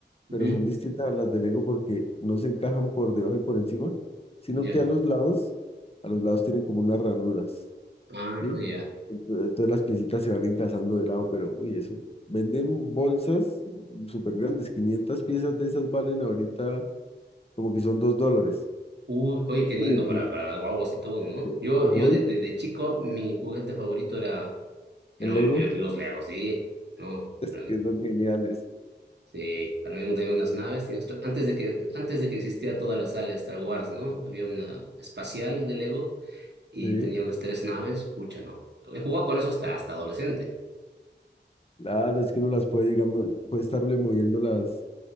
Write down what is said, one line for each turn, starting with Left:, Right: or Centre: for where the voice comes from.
Right: Ujú,
Left: pero son distintas a las de Lego porque no se encajan por debajo y por encima, sino
Right: Ya.
Left: que a los lados, a los lados tienen como unas ranuras,
Right: Ah,
Left: ¿sí?
Right: ya.
Left: Ento- Entonces las piecitas se van encajando de lado, pero uy, eso. Venden bolsas súper grandes, 500 piezas de esas valen ahorita como que son 2 dólares.
Right: Uy, oye, qué
Left: Hombre,
Right: lindo para,
Left: que-
Right: para las guaguas y todo, ¿no?
Left: que-
Right: Yo,
Left: no,
Right: yo de-
Left: y
Right: desde, chico, mi juguete favorito era, eran
Left: el Lego
Right: eran los Legos, sí, ¿no?
Left: es
Right: Para mí-
Left: que son geniales,
Right: sí, para mí tenía unas naves, tenía esto- antes de que, antes de que existiera toda la saga de Star Wars, ¿no? Había una espacial de Lego y
Left: ¿sí?
Right: tenía unas tres naves, pucha, ¿no? He jugado con eso hasta, hasta adolescente.
Left: Claro, es que uno las puede, digamos, puede estarle moviendo las,